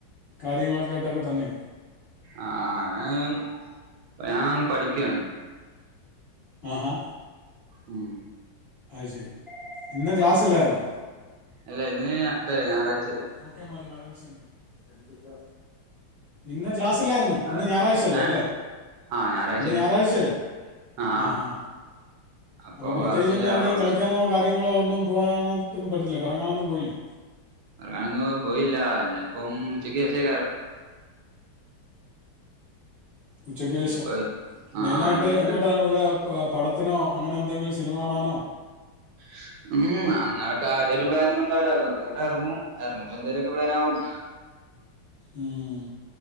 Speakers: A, on the left; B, on the right.
A: കാര്യങ്ങളൊക്കൊട്ടാക്കെ തന്നെ
B: ആഹ് ഞാൻ പഠിക്കാണ്
A: ആഹ്
B: ഉം
A: അത് ശരി ഇന്ന് ക്ലാസ്ല്ലായിരുന്നോ
B: ഉം അല്ല ഇന്ന് ഇതല്ലേ ഞായറാഴ്ചല്ലേ
A: ഓക്കെ മാലി മാറിവിൽസണ്ട്ങ്ക് ഇന്ന് ക്ലാസ്സില്ലായിരുന്നു
B: ഞായറ
A: ഇന്ന് ഞായറാഴ്ചല്ലല്ലേ
B: ഏ ആ ഞായറാഴ്ചയാണ്
A: ഇന്ന് ഞായറാഴ്ചയല്ലേ
B: ആ ആ
A: ആഹ് ആഹ്
B: അപ്പൊ
A: അപ്പോ പ്രത്യേകിച്ച്
B: ക്ലാസ്സില്ല
A: ഇന്ന് എവിടെയും
B: അപ്പൊ നമ്മള്
A: കളിക്കാനോ കാര്യങ്ങളോ ഒന്നും പോവാനോട്ടൊന്നു പറ്റില്ലെ കറങ്ങാനൊന്നും പോയില്ലേ
B: കറങ്ങാനൊന്നും പോയില്ല ചെലപ്പം ഉച്ചക്ക്ശേഷയിക്കാരം
A: ഉച്ചക്ക് ശേഷം
B: ഇപ്പൊ ആ
A: മെയിനായിട്ട്
B: ആ ഇത്
A: എങ്ങോട്ടാണ് വല്ല പടത്തിനോ അങ്ങനെ എന്തെങ്കിലും സിനിമ കാണാനോ
B: <inaudible> ഉം അങ്ങനെ കാര്യായിട്ട് പ്ലാനൊന്നുണ്ടാവൂല്ല വെറുതെങ്ങട്ടറങ്ങും എറങ്ങുമ്പന്തേലൊക്കെ പ്ലാനാവും
A: ഉം